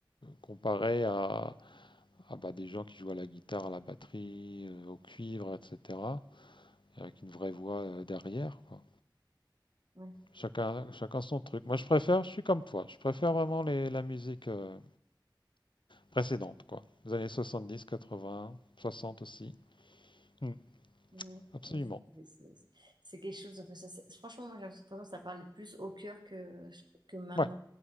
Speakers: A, on the left; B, on the right.
A: comparé à, à, bah, des gens qui jouent à la guitare, à la batterie, euh, au cuivre, etc. avec une vraie voix euh, derrière, quoi.
B: Ouais,
A: Chacun, chacun son truc. Moi, je préfère, je suis comme toi, je préfère vraiment les, la musique euh, précédente, quoi. Les années 70, 80, 60 aussi. Hmm,
B: ouais,
A: absolument.
B: ouais, c'est c'est- c'est- c'est quelque chose. enfin, ça- ça- franchement, moi, j'ai l'impression que ça parle plus au cœur que, que maintenant.
A: Ouais.